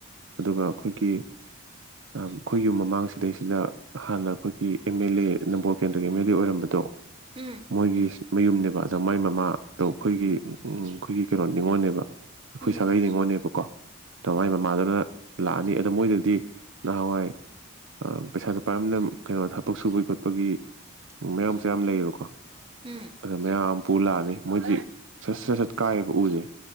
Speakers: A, on the right; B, on the right.
A: ꯑꯗꯨꯒ ꯑꯩꯈꯣꯏꯒꯤ ꯑꯩꯈꯣꯏ ꯌꯨꯝ ꯃꯃꯥꯡꯁꯤꯗꯩꯁꯤꯗ ꯍꯥꯟꯅ ꯑꯩꯈꯣꯏꯒꯤ ꯑꯦꯝ ꯑꯦꯜ ꯑꯦ ꯅꯝꯕꯣꯜ ꯀꯦꯟꯗ꯭ꯔꯒꯤ ꯑꯦꯝ ꯑꯦꯜ ꯑꯦ ꯑꯣꯏꯔꯝꯕꯗꯣ
B: ꯎꯝ
A: ꯃꯣꯏꯒꯤ ꯃꯌꯨꯝꯅꯦꯕ ꯑꯗ ꯃꯥꯒꯤ ꯃꯃꯥꯗꯣ ꯑꯩꯈꯣꯏꯒꯤ ꯑꯩꯈꯣꯏꯒꯤ ꯀꯩꯅꯣ ꯅꯤꯉꯣꯜꯅꯦꯕ ꯑꯩꯈꯣꯏ
B: ꯎꯝ
A: ꯁꯥꯒꯩ ꯅꯤꯉꯣꯜꯅꯦꯕꯀꯣ ꯑꯗ ꯃꯥꯏ ꯃꯃꯥꯗꯨꯅ ꯂꯥꯛꯑꯅꯤ ꯑꯗ ꯃꯣꯏꯗꯗꯤ ꯅꯍꯥꯟꯋꯥꯏ ꯑ ꯄꯩꯁꯥꯗꯨ ꯄꯥꯏꯕꯅꯤꯅ ꯀꯩꯅꯣ ꯊ ꯕꯛ ꯁꯨꯕꯒꯤ ꯈꯣꯠꯄꯒꯤ ꯃꯌꯥꯡ ꯃꯆꯥ ꯌꯥꯝ ꯂꯩꯌꯦꯕꯀꯣ
B: ꯎꯝ
A: ꯑꯗ ꯃꯌꯥꯡ ꯑꯃ ꯄꯨ ꯂꯥꯛꯑꯅꯤ ꯃꯣꯏꯗꯤ ꯁꯠ ꯁꯠ ꯁꯠ ꯀꯥꯏꯌꯦꯕ ꯎꯁꯦ